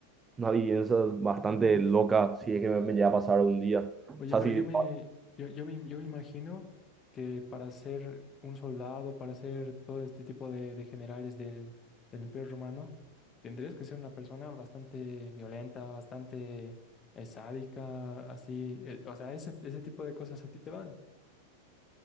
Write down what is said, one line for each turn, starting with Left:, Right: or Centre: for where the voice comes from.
Right: una vivencia bastante loca si es que me, me llega a pasar un día. O
Left: Oye,
Right: sea,
Left: pero
Right: si,
Left: yo me, yo, yo me, yo me imagino que para ser un soldado, para ser todo este tipo de, de generales del, del Imperio Romano, tendrías que ser una persona bastante violenta, bastante eh, sádica, así. eh, o sea, ese, ese tipo de cosas a ti te van.